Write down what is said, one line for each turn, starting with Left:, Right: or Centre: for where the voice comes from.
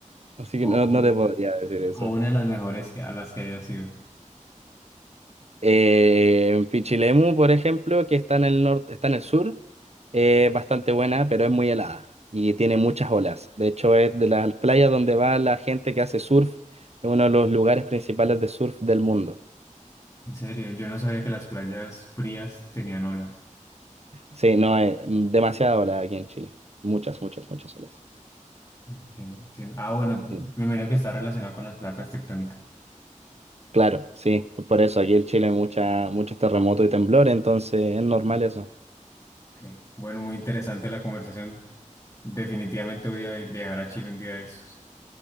Right: Así que
Left: O,
Right: no, no te podría decir eso.
Left: o una de las mejores que, a las que haya sido.
Right: Eh, Pichilemu, por ejemplo, que está en el norte, está en el sur, es bastante buena, pero es muy helada y tiene muchas olas. De hecho, es de las playas donde va la gente que hace surf, es uno de los lugares principales de surf del mundo.
Left: En serio, yo no sabía que las playas frías tenían olas.
Right: Sí, no, es demasiada ola aquí en Chile. Muchas, muchas, muchas olas.
Left: Entiendo, entiendo. Ah, bueno,
Right: Sí.
Left: me imagino que está relacionado con las placas tectónicas.
Right: Claro, sí, por eso aquí en Chile hay mucha, muchos terremotos y temblores, entonces es normal eso.
Left: Ok. Bueno, muy interesante la conversación. Definitivamente voy a viajar a Chile un día de estos.